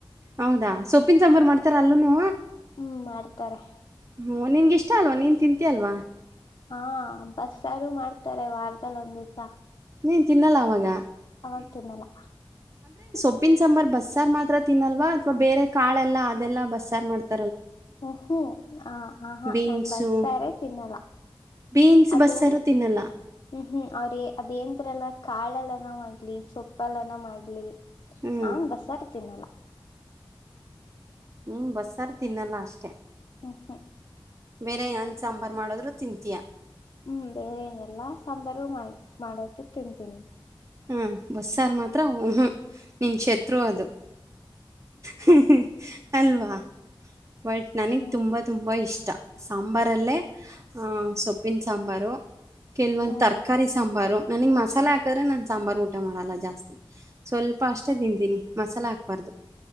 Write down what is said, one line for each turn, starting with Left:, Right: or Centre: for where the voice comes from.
Right: ಹೌದಾ ಸೊಪ್ಪಿನ ಸಾಂಬಾರು ಮಾಡ್ತಾರ ಅಲ್ಲೂನು.
Left: ಹ್ಮ್ ಮಾಡ್ತಾರೆ.
Right: ಹ್ಮ ನಿನ್ಗ ಇಷ್ಟ ಅಲ್ವಾ ನೀನ್ ತಿಂತಿ ಅಲ್ವಾ.
Left: ಹಾ ಬಸ್ಸಾರು ಮಾಡ್ತಾರೆ ವಾರದಲ್ಲಿ ಒಂದ್ ದಿವ್ಸ.
Right: ನೀನ್ ತಿನ್ನಲ್ಲ ಅವಾಗ.
Left: ಅವಾಗ್ ತಿನ್ನಲ್ಲ.
Right: ಉಪ್ಪಿನ ಸಾಂಬಾರ್ ಬಸ್ಸಾರು ಮಾತ್ರ ತಿನ್ನಲ್ವಾ ಅಥವಾ ಬೇರೆ ಕಾಳೆಲ್ಲ ಅದೆಲ್ಲ ಬಸ್ಸಾರು ಮಾಡ್ತ-
Left: ಹ್ಮ್ ಹ್ಮ್ ಆ ಆ ಹಾ
Right: ಬೀನ್ಸು
Left: ನನ್ ಬಸ್ಸಾರೇ ತಿನ್ನಲ್ಲ
Right: ಬೀನ್ಸ್
Left: ಅದು
Right: ಬಸ್ಸಾರು ತಿನ್ನಲ್ಲ
Left: ಹ್ಮ್ ಹ್ಮ್ ಅವ್ರ ಅದೇನ್. ತತ್ರೇ ಲಾಖ <unintelligible> ಕಾಳೆಲ್ಲನ ಮಾಡ್ಲಿ ಸೊಪ್ಪ- ಪಾಲನ ಮಾಡ್ಲಿ.
Right: ಹ್ಮ್
Left: ನಾನ್ ಬಸ್ಸಾರು ತಿನ್ನಲ್ಲ.
Right: ನೀನು ಬಸ್ಸಾರು ತಿನ್ನಲ್ಲ ಅಷ್ಟೇ.
Left: ಹ್ಹು ಹ್ಹು..
Right: ಬೇರೆ ಏನ್ ಸಾಂಬಾರು ಮಾಡಿದ್ರು ತಿಂತೀಯಾ.
Left: ಹ್ಮ್ ಬೇರೆ ಏನೆಲ್ಲಾ ಸಾಂಬಾರು ಮಾಡ ಮಾಡದು ತಿಂತೀನಿ.
Right: ಹಾ ಬಸ್ಸಾರ್ ಮಾತ್ರ. ಹೂ ಹ್ಹು. ನಿನ್ನ ಶತ್ರು ಅದು. ಹೂ.. ಹ್ಹು.. ಅಲ್ವಾ ಬಟ್ ನನಗೆ
Left: ಹ್ಮ್
Right: ತುಂಬ ತುಂಬ ಇಷ್ಟ. ಸಾಂಬಾರಲ್ಲೇ ಸೊಪ್ಪಿನ ಸಾಂಬಾರು. ಕೆಲವೊಂದು
Left: ಹ್ಮ್
Right: ತರಕಾರಿ ಸಾಂಬಾರು. ನನಗ್ ಮಸಾಲೆ ಹಾಕೀದ್ರೆ. ಸಾಂಬಾರು ಊಟ ಮಾಡಲ್ಲ ಜಾಸ್ತಿ ಸ್ವಲ್ಪ ಅಷ್ಟೇ ತಿಂತೀನಿ ಮಸಾಲೆ ಹಾಕ್ಬಾರ್ದು.